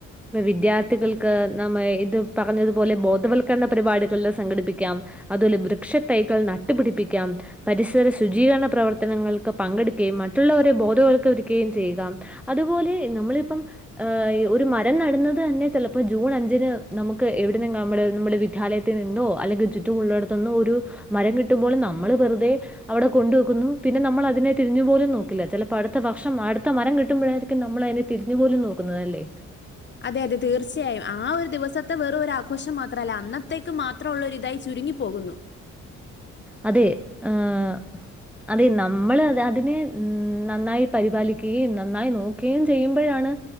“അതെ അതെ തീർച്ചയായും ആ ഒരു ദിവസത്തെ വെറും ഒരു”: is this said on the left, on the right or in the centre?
Left